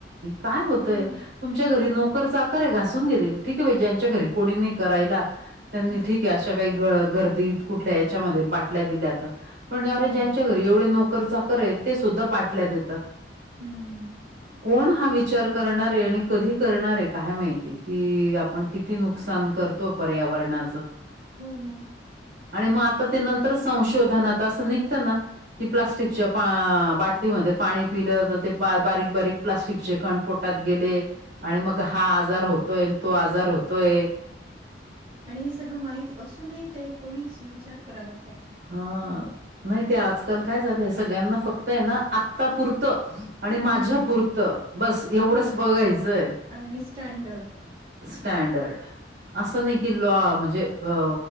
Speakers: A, on the right; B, on the right.
A: काय होतय
B: ह
A: तुमच्या
B: ह
A: घरी कर चाकर आहे घासून घे ठीक आहे ज्यांच्या घरी कोणी नाही करायला त्यांनी
B: हम्म
A: ठीके अशा काही ग गर्दी कुठल्या याच्यामध्ये बाटल्या दिल्याणे
B: हा
A: ज्यांच्या एवढे नोकर चाकर आहेत ते सुद्धा बाटल्या देतात
B: हम्म हम्म
A: कोण हा विचार करणारे आणि कधी करणारे काय माहिती की आपण किती नुकसान करत तो पर्यावरणाचा
B: हो ना
A: आणि मग आता ते नंतर संशोधनात असं निघतं ना की प्लास्टिकच्या बाटलीमध्ये पाणी पिलं तर ते बारीक बारीक प्लास्टिकचे क पोटात गेले आणि मग हा आजार होतोय तो आजार होत तो एक
B: आणि हे सगळं माहत असूनही ते कोणीच विचार कराव
A: हा नाही ते आजकाल काय झालंय सगळ्यांना फक्त आहे ना आत्ता पुुरतं आणि
B: हम्म
A: माझ्या पुुरतं बस एवढंच
B: हम्म
A: बघायचंय
B: आणि स्टँडर्ड
A: स्टँडर्ड असं नाही की लॉ म्हणजे अ